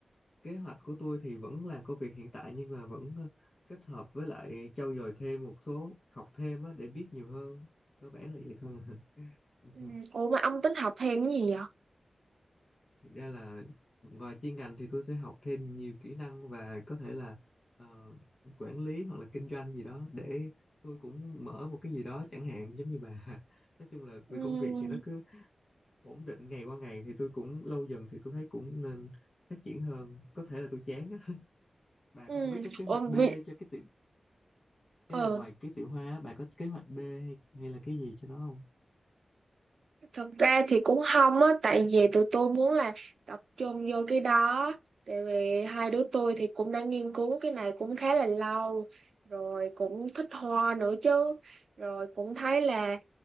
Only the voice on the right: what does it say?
Ừ. Ủa mà ông tính học thêm cái gì vậy?
Ừ.
Ừ.
Ủa,
bị...
ờ,
Thật ra thì cũng không á, tại vì tụi tôi muốn là tập trung vô cái đó. Tại vì hai đứa tôi thì cũng đã nghiên cứu cái này cũng khá là lâu, rồi cũng thích hoa nữa chứ. Rồi cũng thấy là